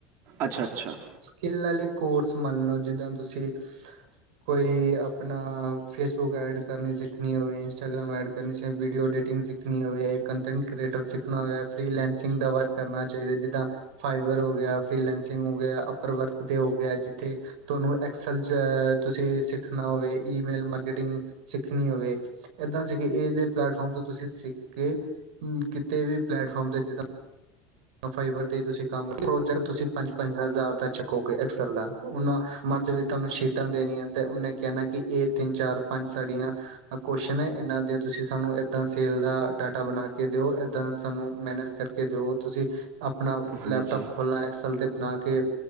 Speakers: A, on the right (about 50°); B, on the right (about 85°).
A: ਅੱਛਾ ਅੱਛਾ
B: ਸਕਿੱਲ ਆਲੇ ਕੋਰਸ, ਮੰਨ ਲਓ ਜਿੱਦਾਂ ਤੁਸੀਂ ਕੋਈ ਆਪਣਾ, ਫੇਸਬੁੱਕ ਐਡ ਕਰਨੀ ਸਿੱਖਣੀ ਹੋਵੇ। ਇੰਸਟਾਗ੍ਰਾਮ ਐਡ ਕਰਨੀ ਸਿੱਖ, ਵੀਡੀਓ ਐਡੀਿਟਿੰਗ ਸਿੱਖ ਕਰਨੀ ਹੋਵੇ। ਕੰਟੈਂਟ ਕ੍ਰਿਏਟਰ ਸਿੱਖਣਾ ਹੋਇਆ। ਫ੍ਰੀਲੈਂਸਿੰਗ ਦਾ ਵਰਕ ਕਰਨਾ ਚਾਹੀਦਾ। ਜਿੱਦਾਂ ਫਾਈਬਰ ਹੋ ਗਿਆ, ਫੀਲੈਂਸਿੰਗ ਹੋ ਗਿਆ। ਅਪਰ ਵਰਕ ਤੇ ਹੋ ਗਿਆ। ਜਿਥੇ ਤੁਹਾਨੂੰ ਐਕਸਲ ਚ, ਤੁਸੀਂ ਸਿੱਖਣਾ ਹੋਵੇ ਈਮੇਲ ਮਾਰਕੀਟਿੰਗ ਸਿੱਖਣੀ ਹੋਵੇ। ਏਦਾਂ ਸੀ ਕਿ ਇਹਦੇ ਪਲੇੈਫਾਰਮ ਤੋਂ ਤੁਸੀਂ ਸਿੱ ਕੇ ਕਿਤੇ ਵੀ ਪਲੇੈਟਫਾਰਮ ਤੇ ਜਿਦਾ ਫਾਈਬਰ ਤੇ ਤੁਸੀਂ ਕੰਮ, ਓ ਜਿਹੜਾ ਤੁਸੀਂ ਪੰਜ-ਪੰਜ ਹਜ਼ਾਰ ਦਾ ਚਕੋਗੇ ਐਕਸਲ ਦਾ। ਉਨ੍ਹਾਂ ਮਰਜੀ ਦੀਆਂ ਤੁਹਾਨੂੰ ਸ਼ੀਟਾਂ ਦੇਣੀਆਂ ਤੇ ਉਹਨੇ ਕਹਿਣਾ ਕਿ ਇਹ ਤਿੰਨ-ਚਾਰ ਪੰਜ ਸਾਡੀਆਂ ਆ ਕੌਸ਼ਚਨ ਏ। ਇਹਨਾਂ ਦੇ ਤੁਸੀਂ ਸਾਨੂੰ ਏਦਾਂ ਸੇਲ ਦਾ ਡਾਟਾ ਬਣਾ ਕੇ ਦਿਓ। ਇੱਦਾਂ ਸਾਨੂੰ ਮੈਨੇਜ ਕਰਕੇ ਦਿਓ। ਤੂੰ ਤੁਸੀਂ ਆਪਣਾ ਲੈਪਟੋਪ
A: ਹਾਂਜੀ
B: ਖੋਲਣਾ ਐਕਸਲ 'ਤੇ ਬਣਾ ਕੇ,